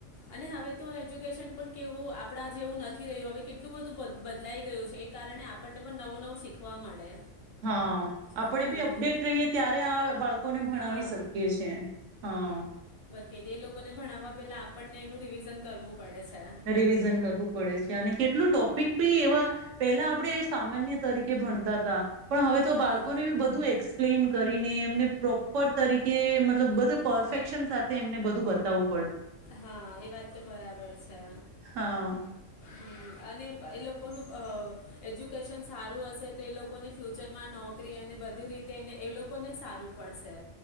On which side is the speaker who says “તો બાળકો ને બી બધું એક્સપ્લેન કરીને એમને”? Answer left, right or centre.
Right